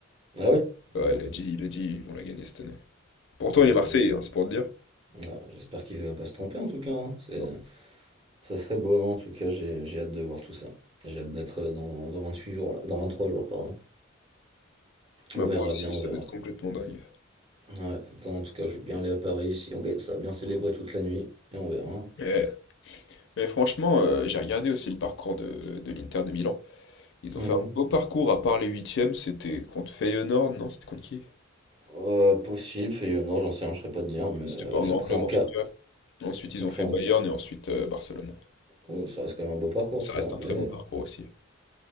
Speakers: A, on the right; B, on the left.
A: Ah ouais? Bah
B: Ouais,
A: écoute,
B: il a dit, il a dit, ils vont la gagner cette année. Pourtant,
A: donc,
B: il est
A: bah,
B: Marseillais,
A: j'espère
B: hein, c'est pour te dire.
A: ah, j'espère qu'il va pas se tromper en tout cas. hein. C'est,
B: Non.
A: ça serait beau, non, en tout cas, j'ai j'ai hâte de voir tout ça. J'ai hâte d'être euh, dans, dans huit jours, là, dans 23 jours, pardon. On
B: Bah,
A: verra
B: moi aussi,
A: bien, on
B: ça
A: verra.
B: va être complètement dingue.
A: Ouais, attends, en tout cas, je veux bien aller à Paris si on gagne ça, bien célébrer toute la nuit, et on verra. hein.
B: Eh, Mais franchement, euh, j'ai regardé aussi le parcours de, de l'Inter de Milan. Ils
A: Mhm.
B: ont fait un beau parcours, à part les huitièmes, c'était contre Feyenoord, non? C'était contre qui?
A: Euh, possible, et euh, non, j'en sais rien, je serais pas te dire, mais
B: C'était
A: euh,
B: pas un
A: j'ai-
B: grand
A: après
B: club
A: en
B: en
A: cas.
B: tout cas. Ensuite, ils
A: Après
B: ont fait
A: en...
B: Bayern et ensuite euh, Barcelone.
A: ouais, ça reste quand même un beau parcours,
B: Ça
A: tu
B: reste
A: vois, mais,
B: un très beau parcours aussi.